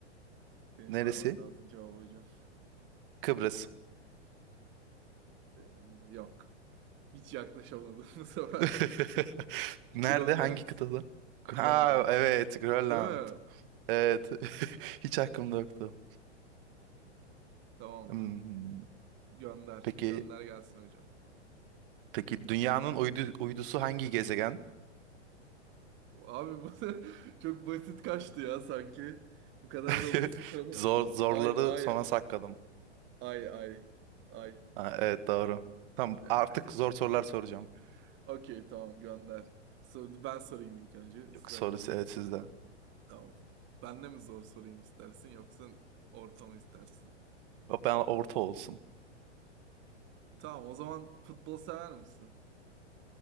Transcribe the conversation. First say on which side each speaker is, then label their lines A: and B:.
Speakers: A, on the right; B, on the right.
A: Benim
B: Neresi?
A: vermem lazım cevabı hocam.
B: Kıbrıs.
A: Ee, yok. Hiç yaklaşamadım <laughs> bu sefer.
B: <laughs> Nerede?
A: Grönland.
B: Hangi kıtada? Ha
A: Grönland.
B: evet Grönland.
A: Değil mi?
B: Evet. <laughs> Hiç aklımda yoktu.
A: Tamamdır.
B: Hmm,
A: Gönder.
B: Peki
A: Gönder gelsin hocam.
B: peki dünyanın uydu, uydusu hangi gezegen?
A: Abi bu <laughs> çok basit kaçtı ya sanki. Bu kadar
B: <laughs>
A: da basit soru.
B: Zor zorları
A: Ay ay
B: sona sakladım.
A: ay ay ay.
B: Ha, evet doğru. Tamam
A: Yani,
B: artık zor sorular soracağım.
A: <laughs> Okey tamam gönder. So- Ben sorayım ilk önce. Sıra
B: Yok sorusu
A: bende.
B: evet sizde.
A: Tamam. Ben de mi zor sorayım istersin yoksa ortamı istersin?
B: Yok, ben orta olsun.
A: Tamam o zaman futbol sever misin?